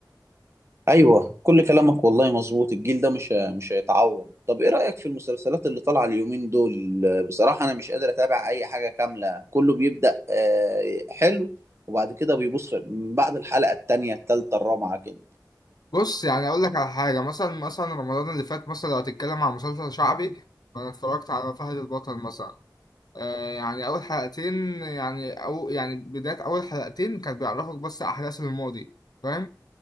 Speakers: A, on the right (about 40°); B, on the left (about 65°).
A: ايوه كل كلامك والله مظبوط الجيل ده مش ه- مش هيتعوض طب ايه رايك في المسلسلات اللي طالعه اليومين دول بصراحه انا مش قادر اتابع اي حاجه كامله كله بيبدا آه، حلو وبعد كده بيبص من بعد الحلقه التانيه التالته الرابعه كده
B: بص يعني أقول لك على حاجة مثلا مثلا رمضان اللي فات مثلا لو هتتكلم عن مسلسل شعبي فأنا اتفرجت على فهد البطل مثلا آه يعني أول حلقتين يعني أو يعني بداية أول حلقتين كانت بيعرفك بس أحداث الماضي فاهم